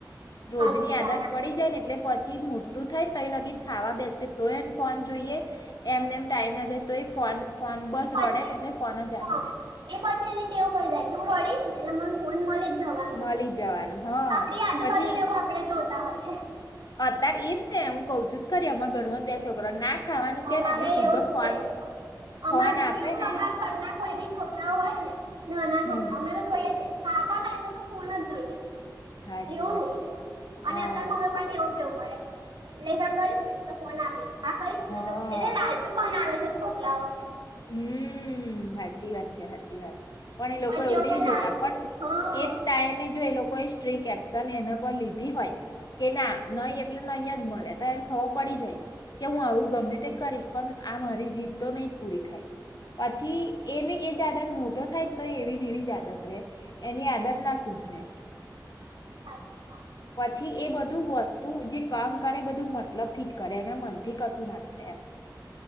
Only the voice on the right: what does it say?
સાચી
વાત
છે.
એ
પછી
હા
એ પછી એને ટેવ પડી જાય કે હું રડીશ ને મને ફોન મલી જ જવાનું
છે.
આપડી આજુબાજુ
જેવું આપણે જોતા હોયએ
એમારેય
એવું જ
છે.
અમારે તો
કેવું
અમારા ઘરના કોઈ બી છોકરા હોય ને નાના
છોકરા અમે તો જોઈએ છે ખાતા ટાઈમે તો ફોન જ જોઈએ
એવું
અને
અત્યારે હવે ને એવું કેવું પડે લેસન કરીશ તો ફોન આપીશ આ કરી
ને તો એટલે લાલતુ બનાવે છે છોકરાઓ ને.
પછી
કે
લાલચુ
હા
સાચી વાત <inaudible>